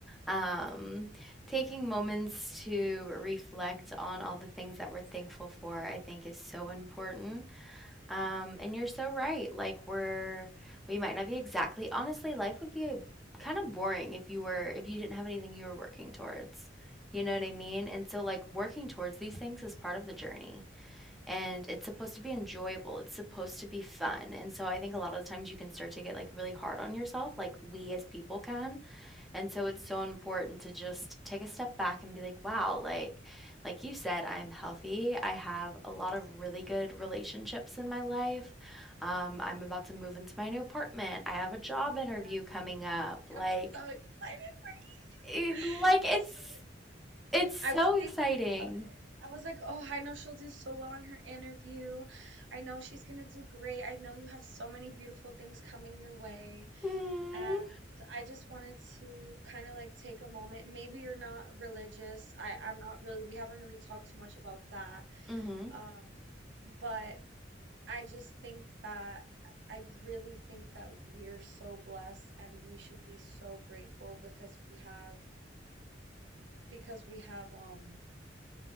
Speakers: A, in the centre; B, on the right.
A: um taking moments to reflect on all the things that we're thankful for, I think is so important. Um, and you're so right. Like we're we might not be exactly honestly, life would be a, kind of boring if you were if you didn't have anything you were working towards. You know what I mean? And so like working towards these things is part of the journey and it's supposed to be enjoyable. It's supposed to be fun. And so I think a lot of the times you can start to get like really hard on yourself, like we as people can, and so
B: Mhm.
A: it's so important to just take a step back and be like, wow, like like you said, I'm healthy. I have a lot of really good relationships in my life. Um, I'm about to move into my new apartment. I have a job interview
B: Yeah.
A: coming up.
B: Yeah,
A: Like
B: I'm so excited.
A: it,
B: <laughs>
A: like it's
B: I'm so
A: it's so
B: I was thinking
A: exciting.
B: about it. I was like, oh, I know she'll do so well in her interview. I know she's gonna do great. I know you have so many beautiful things coming your way.
A: Mm.
B: And I just wanted to kind of like take a moment. Maybe you're not religious. I, I'm not really, we haven't really talked too much about that.
A: Mhm.
B: Um, but I just think that I really think that we're so blessed and we should be so grateful because we have because we have um